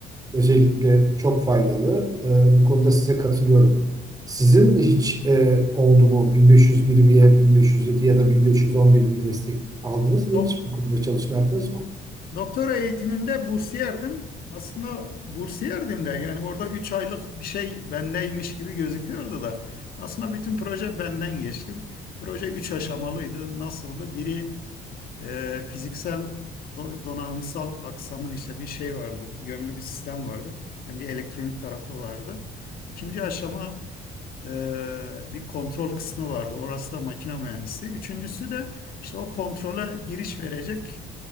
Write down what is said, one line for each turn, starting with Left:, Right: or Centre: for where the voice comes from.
Right: özellikle çok faydalı. Ee, bu konuda size katılıyorum. Sizin hiç e, oldu mu 1501 veya 1507 ya da 1511 gibi destek aldınız mı
Left: Dok-
Right: hiç? Bu konuda çalışma yaptınız mı?
Left: Doktora eğitiminde bursiyerdim. Aslında bursiyerdim de yani orada 3 aylık bir şey bendeymiş gibi gözüküyordu da. Aslında bütün proje benden geçti. Proje 3 aşamalıydı. Nasıldı? Biri e, fiziksel do- donanımsal aksamın işte bir şey vardı. Gömülü bir sistem vardı. Yani bir elektronik tarafı vardı. İkinci aşama e, bir kontrol kısmı vardı. Orası da makine mühendisi. Üçüncüsü de işte o kontrole giriş verecek